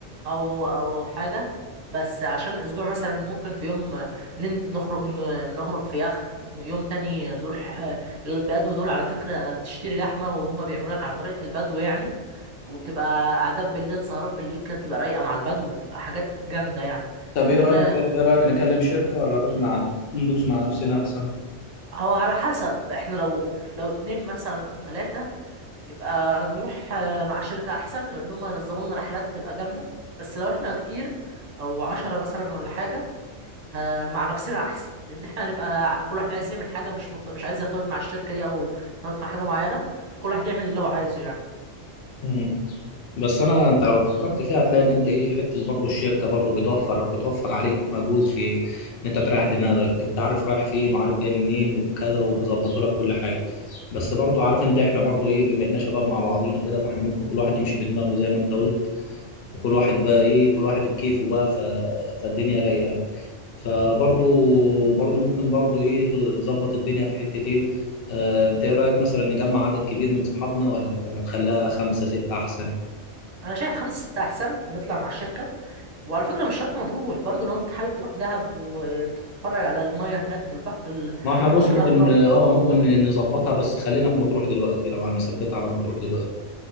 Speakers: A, on the right; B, on the left.
A: او او حاجه بس عشان اسبوع مثلا ممكن في يوم نن- نخرج ن- نخرج في يخت يوم تاني نروح آه، البدو دول على فكره بتشتري لحمه وهم بيعملوا لك على طريقه البدو يعني وبتبقى قعدات بالليل سهرات بالليل كده بتبقى رايقه مع البدو وبتبقى حاجات جامده يعني
B: طب ايه
A: فانا
B: رايك ايه رايك نكلم شركه ولا نروح مع ندوس مع نفسنا احسن
A: هو على حسب احنا لو لو اتنين مثلا او تلاتة يبقى نروح آه، مع شركة أحسن لأن هم ينظموا لنا رحلات هتبقى جامدة بس لو احنا كتير أو عشرة مثلا ولا حاجة ه- مع نفسنا أحسن لأن احنا هنبقى كل واحد عايز يعمل حاجة مش مرت... مش عايز يرتبط مع الشركة دي أو يرتبط مع حاجة معينة فكل واحد يعمل اللي هو عايزه يعني
B: مم. بس انا انت لو فكرت فيها هتلاقي ان انت ايه حته برضه الشركه برضه بتوفر بتوفر عليك مجهود في ان انت تريح دماغك انت عارف رايح فين وعارف جاي منين وكذا وبيظبطوا لك كل حاجه بس برضه عارف انت احنا برضه ايه بما اننا شباب مع بعضينا كده فاحنا ممكن كل واحد يمشي بدماغه زي ما انت قلت وكل واحد بقى ايه كل واحد بكيفه بقى ف... فالدنيا رايقه يعني. فبرضو برضو ممكن برضو ايه تظبط الدنيا في حتة ايه آه انت ايه رأيك مثلا نجمع عدد كبير من صحابنا ولا ولا نخليها خمسة ستة احسن
A: أنا شايف خمسة ستة أحسن ونطلع مع الشركة وعلى فكرة مش شرط مطروح برضو لو أنت حابب تروح دهب وتتفرج على المية هناك في البحر ال-
B: ما احنا بص
A: البحر
B: ممكن
A: الأحمر
B: اه ممكن نظبطها بس خلينا في مطروح دلوقتي لو هنثبتها على مطروح دلوقتي